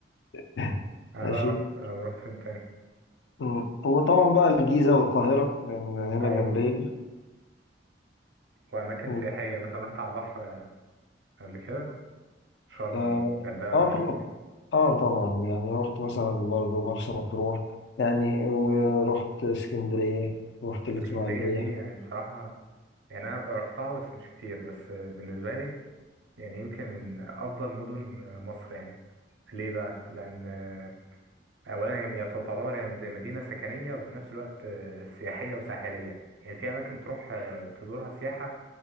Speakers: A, on the left; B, on the right.
A: <laughs>
B: انا
A: ماشي
B: بقى رحت آه، رحت فين تاني
A: مم. وطبعا بقى الجيزة والقاهرة لأن هنا
B: ايوه
A: جنبي
B: واماكن
A: مم.
B: سياحية مثلا رحت على البحر آه، قبل كده شرم
A: اه
B: والغردقة
A: آه
B: والحاجات
A: طبعا
B: دي
A: اه طبعا يعني رحت مثلا برضه مرسى مطروح يعني ورحت اسكندرية رحت
B: اسكندرية
A: الإسماعيلية
B: دي يعني بصراحة يعني انا رحتها بس مش كتير بس آه، بالنسبه لي يعني يمكن من أفضل مدن مصر يعني ليه بقى؟ لأن آه، أولا هي هي تعتبر يعني زي مدينة سكنية وفي نفس الوقت آه، سياحية وساحلية يعني في أماكن تروح آه، تزورها سياحة